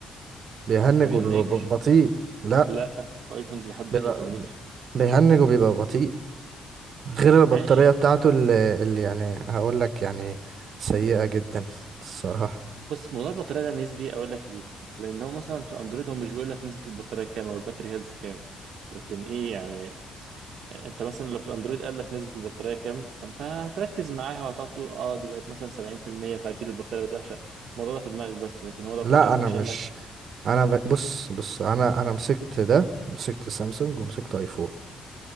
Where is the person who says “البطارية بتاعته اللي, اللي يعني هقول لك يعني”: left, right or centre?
Right